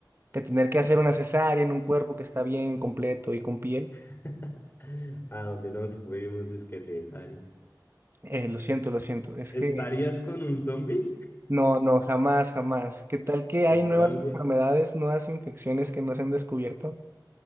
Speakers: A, on the right; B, on the left.
A: que tener que hacer una cesárea en un cuerpo que está bien completo y con piel.
B: <laughs> A donde nos fuimos, disque cesáreos.
A: Eh, lo siento, lo siento. Es
B: ¿Estarías
A: que
B: con un zombie?
A: no, no, jamás, jamás. ¿Qué tal que
B: Entonces,
A: hay nuevas enfermedades, nuevas infecciones que no se han descubierto?